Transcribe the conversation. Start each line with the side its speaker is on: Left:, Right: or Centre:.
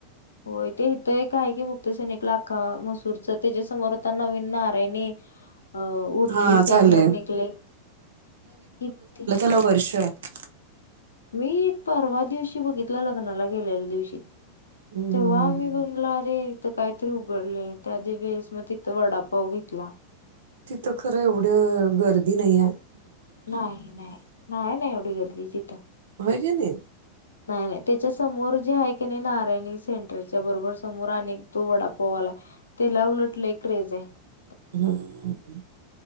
Left: होयं ते इथं एक कायं की मुक्ती सैनिक लाख मसूंरची त्यांच्यासमोर आंता नवीन नारायणी अं उडपी
Right: हा
Left: सेंटर
Right: झाले
Left: निघले किती
Right: एकां वर्षांत
Left: मी एक पर्वा दिवशी बघितलं लग्नांला गेलेल्या त्यां दिवशी
Right: हम्म,
Left: तेंव्हा
Right: हम्म.
Left: मी म्हटलं बनलो अरे तीथं कांहींतरी उघडले त्यां दिवशी वळेस मंग तिथं वडांपाव घेतला
Right: तिथं खरं एवढं गर्दी नाहीं आहेंत
Left: नाहीं नाहीं नाहीं नाहीं एवढी गर्दी तीथं
Right: होयं कणी
Left: नाहीं नाहीं त्यांच्या समोर जे आहे की नाहीं नारायणी सेंटरच्या बरोबर समोर अं तो वडांपोवाला आहे तीला उलटले क्रेज येते
Right: हम्मं